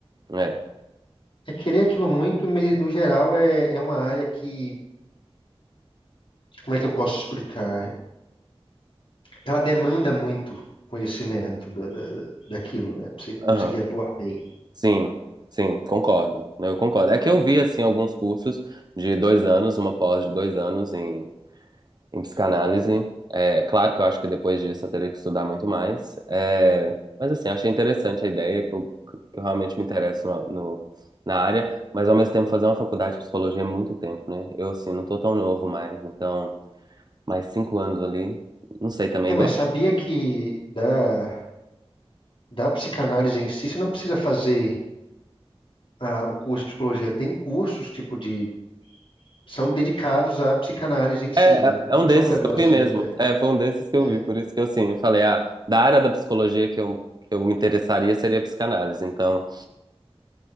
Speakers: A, on the right; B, on the left.
A: É.
B: É querer aquilo muito, mas no geral é, é uma área que, como é que eu posso explicar? Ela demanda muito conhecimento da, da, daquilo, né? Pra você conseguir
A: Aham.
B: atuar bem.
A: Sim, sim, concordo. Eu concordo. É que eu vi, assim, alguns cursos de dois anos, uma pós de dois anos em em psicanálise. É claro que eu acho que depois disso eu teria que estudar muito mais. É, mas assim, achei interessante a ideia, que eu, que eu realmente me interesso no, no- na área, mas ao mesmo tempo fazer uma faculdade de psicologia é muito tempo, né? Eu, assim, não tô tão novo mais, então, mais cinco anos ali, não sei também,
B: É,
A: igual
B: mas
A: você-
B: sabia que da, da psicanálise em si, você não precisa fazer a- o curso de psicologia. Tem cursos, tipo, de, são dedicados à psicanálise em si,
A: É,
B: né?
A: é
B: Não
A: é um desses
B: são graduações,
A: que eu vi mesmo.
B: é.
A: É, foi um desses que eu
B: É,
A: vi, por isso que eu, assim, eu falei, ah, da área da psicologia que eu, que eu me interessaria seria a psicanálise, então...